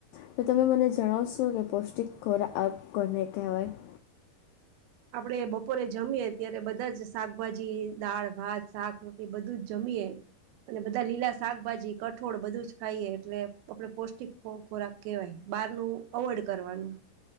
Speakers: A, on the left; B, on the right.
A: તો તમે મને જણાવશો કે પૌષ્ટિક ખોરા આક કોને કહેવાય? <inaudible>
B: આપડે બપોરે જમીએે ત્યારે બધાજ શાકભાજી, દાળ ભાત, શાક, રોટલી બધું જ જમ પીયે આપડે બધા લીલા શાકભાજી, કઠોળ બધું જ ખાઈએ. એટલે આપડે પૌષ્ટિક ખો ખોરાક કેહેવાય. બહારનું અવોઇડ કરવાનું.